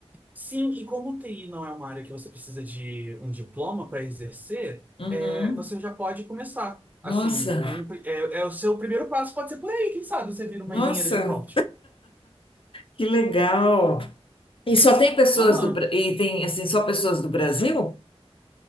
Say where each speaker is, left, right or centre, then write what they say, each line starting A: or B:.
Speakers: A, on the right; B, on the left.
A: sim, e como TI não é uma área que você precisa de um diploma para exercer,
B: Uhum.
A: é, você já pode começar. Assim,
B: Nossa,
A: num pri- é, é o seu primeiro passo pode ser por aí, quem sabe você vira uma
B: nossa,
A: engenheira de prompt.
B: que legal. E só tem pessoas
A: Aham.
B: do Bra- e tem assim só pessoas do Brasil?